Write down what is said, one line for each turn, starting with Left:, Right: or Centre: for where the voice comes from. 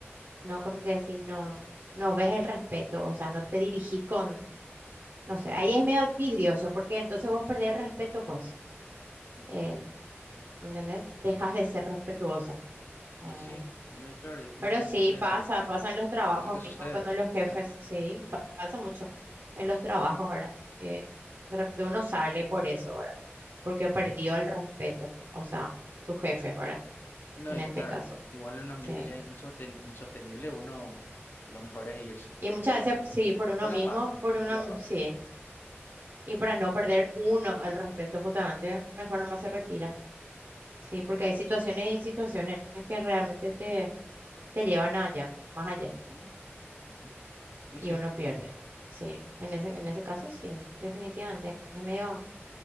Right: no, ¿cómo te decir? No, no ves el respeto, o sea, no te dirigís con, no sé, ahí es medio vidrioso, porque entonces vos perdés el respeto, pues,
Left: ujú.
Right: eh, ¿entendés? Dejas de ser respetuosa.
Left: Y
Right: Ah,
Left: sí, no, y claro, y depende
Right: Pero
Left: también
Right: sí,
Left: de,
Right: pasa, pasa en los trabajos
Left: de lo que
Right: mismos,
Left: sucede.
Right: cuando los jefes,
Left: ¿eh?
Right: sí, pa- pasa mucho en los trabajos, ¿verdad? Que de repente uno sale por eso, ¿verdad? Porque perdió el respeto, o sea, tu jefe, ¿verdad?
Left: No,
Right: En
Left: y
Right: este
Left: claro,
Right: caso,
Left: eh, igual en un ambiente
Right: sí.
Left: ya insosten- insostenible, uno lo mejor es irse,
Right: Y muchas
Left: la verdad.
Right: veces, sí, por uno
Left: Por
Right: mismo,
Left: la paz,
Right: por uno,
Left: por la
Right: mi-
Left: paz.
Right: sí. Y para no perder uno el respeto, justamente, mejor nomás se retira. Sí, porque hay situaciones y situaciones que realmente te, te llevan allá, más allá.
Left: Ujú, ujú. Y
Right: y
Left: sí,
Right: uno pierde. Sí, en ese, en ese caso sí, definitivamente. Es medio